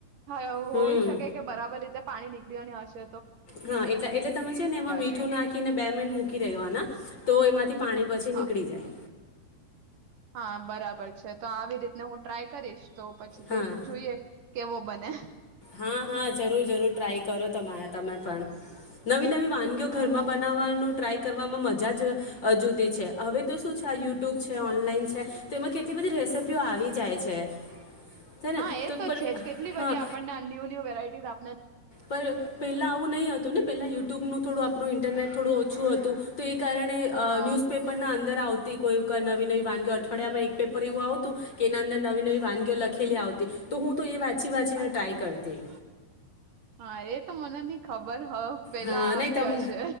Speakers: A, on the right; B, on the left.
A: હ હોઈ
B: હમ
A: શકે કે બરાબર રીતે પાણી નીકળ બિયાની આશે
B: હા એટલે એટલે તમે છે ને એમાં મીઠું
A: છે
B: નાખીને બે મિન મૂકી દેવાન તો એમાંથી પાણી પછી
A: હા
B: નીકળી જાય.
A: હા બરાબર છે. તો આવી રીતને હું ટ્રાય કરીશ તો પછી
B: હા
A: દેખ જોઈએ કેવો બને.
B: હા હા જરૂર જરૂર ટ્રાય કરો તમારે તમે પણ નવી નવી વાનગીઓ
A: હા
B: ઘરમાં
A: હું
B: બનાવાનું ટ્રાય કરવામાં મજા જ જુદી છે હવે તો શું છે યુટ્યુબ છે ઓનલાઈન છે તો એમાં કેટલી બધી રેસીપીઓ આવી જાય છે. છે
A: હા
B: ને
A: એ તો
B: પર
A: છે જ. કેટલી
B: હા
A: બધી આપણને ન્યૂ-ન્યુ વેરાયટીઝ આપ
B: પર પેલા આવું નહીં હતું ને, પેલા યુટ્યુબ નું થોડું આપણું ઇન્ટરનેટ થોડું ઓછું હતું તો એક કારણે અહ
A: હા
B: ન્યુઝપેપરના અંદ ર આવતી, કોઈક નવી-નવી વાનગીઓ અઠવાડિયામાં એક પેપર એવું આવતું કે એના અંદર નવી-નવી વાનગીઓ લખેલી આવતી. તો હું તો એ વાંચી-વાંચીને
A: અચ્છા
B: ટ્રાય કરતી.
A: હા. એ તો મને ની ખબર. હ પેલા
B: હા,
A: આવતી
B: નહી તમ,
A: હશે